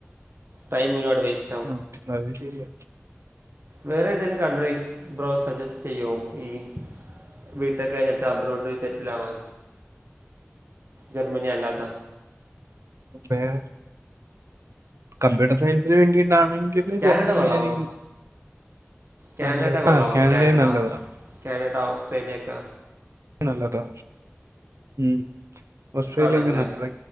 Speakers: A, on the right (about 55°); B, on the right (about 85°).
A: ടൈം ഒരുപാട് വേസ്
B: ഉം അത് ശരിയ
A: വേറെ ഏതേലും കൺട്രീസ് ബ്രോ സജസ്റ്റ് ചെയ്യോ ഈ ബിടെക് കഴിഞ്ഞിട്ട് അബ്രോഡ് സെറ്റിൽ ആവാൻ ജർമ്മനി അല്ലാത
B: <unintelligible> കമ്പ്യൂട്ടർ സയൻസിന് വേണ്ടിയിട്ടാണെങ്കിൽ
A: കാനഡ
B: ജർമ്മനി
A: കൊള്ളാവോ
B: ആയിരിക്കും
A: കാനഡ
B: നല്ലത്
A: കൊള്ളാമോ
B: ആ കാനഡയും
A: കാനഡ
B: നല്ലതാ
A: കാനഡ ഓസ്ട്രേലിയയൊക്കെ
B: നല്ലതാ ഉം, ഓസ്ട്രേലിയയൊക്കെ
A: ആണല്ലേ
B: നല്ലതാ